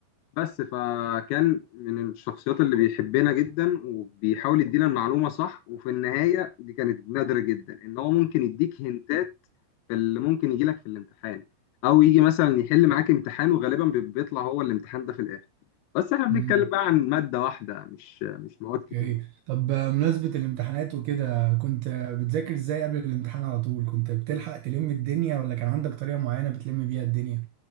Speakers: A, on the left; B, on the right.
A: بس فكان من الشخصيات اللي بيحبنا جدا وبيحاول يدينا المعلومة صح وفي النهاية دي كانت نادرة جدا ان هو ممكن يديك هنتات في اللي ممكن يجي لك في الامتحان او يجي مثلا يحل معاك امتحان وغالبا بي- بيطلع هو الامتحان ده في الاخر بس احنا بنتكلم
B: مم.
A: بقى عن مادة واحدة مش مش مواد كتير
B: اوكي طب آه، مناسبة الامتحانات وكده كنت آه، بتذاكر ازاي قبل الامتحان على طول كنت بتلحق تلم الدنيا ولا كان عندك طريقة معينة بتلم بيها الدنيا